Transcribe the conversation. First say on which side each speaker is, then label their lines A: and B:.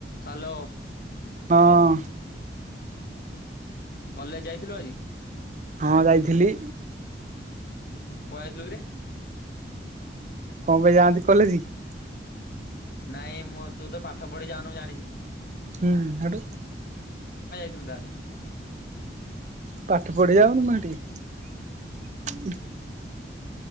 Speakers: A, on the left; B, on the right.
A: Hello!
B: ହଁ।
A: College ଯାଇଥିଲୁ ଆଜି?
B: ହଁ ଯାଇଥିଲି।
A: ପଳେଇ ଯାଇଥିଲୁ କିରେ
B: କଣ ପାଇଁ ଯାଆନ୍ତି କଲେଜ କି?
A: ନାଇଁ ମୁଁ ତୁ ତ ପାଠ ପଢି ଯାଉନୁଁ ଜାଣିଛି
B: ହୁଁ ସଉଠୁ
A: ତାହଲେ
B: ପାଠ ପଢି <inaudible>